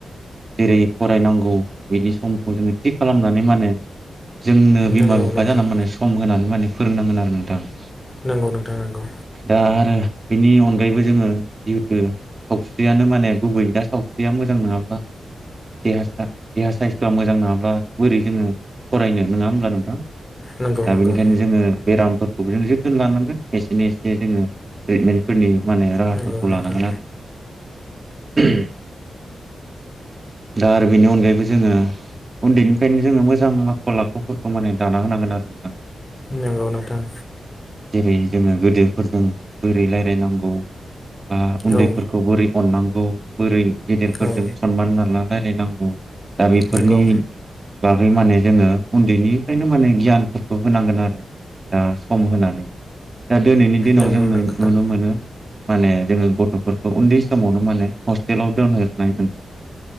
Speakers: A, on the right; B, on the left.
A: जेरै फरायनांगौ बिनि समखौ जोङो थि खालामनानै माने जोंनो बिमा
B: नंगौ
A: बिफा
B: नोंथां
A: जानानै माने सम होनानै माने फोरोंनांगोन आरो नोंथां।
B: नंगौ नोंथां नंगौ।
A: दा आरो बेनि अन गायैबो जोङो जिहेथु सावस्रियानो माने गुबै दा सावस्रिया मोजां नङाब्ला देहा सा-देहा साइसथ'आ मोजां नङाब्ला बोरै जोङो फरायनो नङा होमब्ला नोंथां
B: नंगौ
A: दा
B: नंगौ
A: बेनिखायनो जोङो बेरामफोरखौबो जों जोथोन लानांगोन एसेनो एसे जोङो ट्रिटमेन्टफोरनि माने राहाफोरखौ
B: नंगौ
A: लानांगोन
B: नोंथां
A: <unintelligible> दा आरो बेनि अनगायैबो जोङो उन्दैनिफ्रायनो जोङो मोजां आखल आखुफोरखौ माने दाना होनांगोन आरो नोंथां‌।
B: नांगौ नोंथां।
A: जेरै जोङो गोदोरफोरजों बोरै रायलायनांगौ? बा उन्दैफोरखौ
B: औ
A: बोरै अननांगौ बोरै गेदेरफोरजों
B: औ
A: खनमान लाना रायलायनायगौ दा बेफोरनि
B: नंगौ
A: बागै माने जोङो उन्दैनिफ्रायनो माने गियानफोरखौ होनांगोन आरो। दा सम होनानै दा दोनैनि दिनाव
B: नंगौ
A: जोंनो
B: नोंथां
A: नुनो मोनो माने जोङो गथ'फोरखौ उन्दै समावनो माने हस्टेलाव दोनहरनाय नों